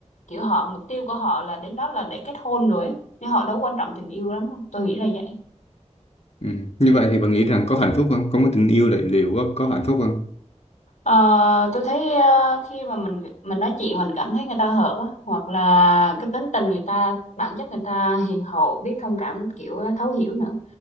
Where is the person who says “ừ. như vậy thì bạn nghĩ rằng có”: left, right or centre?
Left